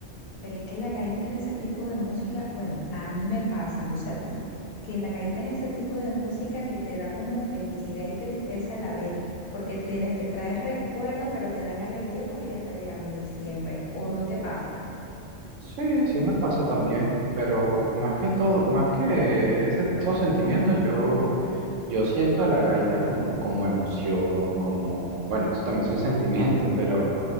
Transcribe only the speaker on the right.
Sí, sí me pasa también, pero más que todo, más que ese- esos sentimientos, yo, yo siento a la gaita como, como emoción, como, bueno, esto también son sentimientos, <laughs> pero,